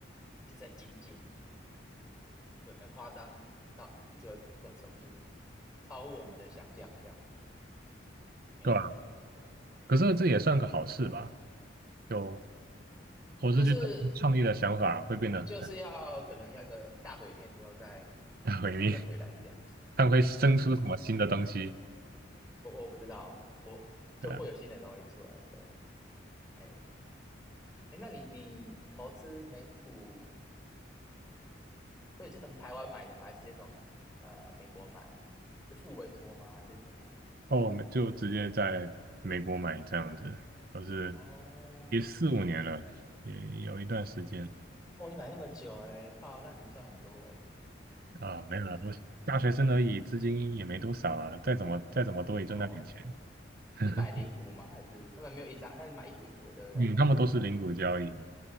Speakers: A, on the left; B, on the right.
A: 一直在精进，对，很夸张到一个一种程度了，超乎我们的想象这样子。哎，
B: 对吧？可是这也算个好事吧？就我是觉得创意的想法会变得很
A: 就是就是要可能要一个大毁灭之后再
B: 很毁灭
A: 再回来这样子。
B: <laughs>，看会生出什么新的东西，
A: 我我不知道，我就会有新的东西出来。
B: 对啊，
A: 对，哎。哎，那你你投资美股，所以你是从台湾买的吗？还是直接从台呃美国买？是付委托吗？还是怎么样？
B: 哦，我们就直接在美国买这样子，我是
A: 哦
B: 也四五年了，也有一段时间
A: 哦，你买那么久哎，靠，那你赚很多哎。
B: 啊，没有了，我大学生而已，资金也没多少啊，再怎么再怎么多也就那点钱。
A: 哦，<laughs>
B: <laughs>
A: 是买零股吗？还是他们没有一张，他是买一股一股的，对不对
B: 嗯，他们都是零股交易，